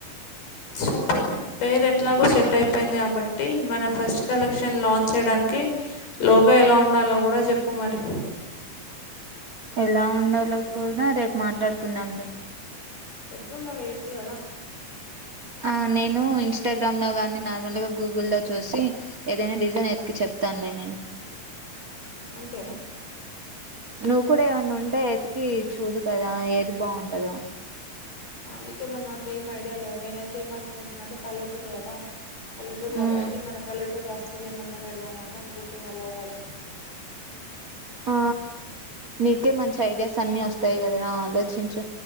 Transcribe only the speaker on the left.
సూపర్ పేరు ఎట్లాగో సెట్ అయిపోయింది కాబట్టి మన ఫస్ట్ కలెక్షన్ లాం చ్ చేయడానికి లోగో ఎలా ఉండాలో గూడా చెప్పు మరి
ఎట్లుండాలో చెప్పు గదా
అంతేనా
నీకేమన్నా అంటే ఏం ఐడియా లేవు నేనైతే ఏమనుకుంటున్నా అంటే పల్లెటూరు కదా పల్లెటూరు
కాబట్టి మన పల్లెటూరు వస్ లేమన్నా పెడదాం అనీ అనుకుంటున్నా లోబోలా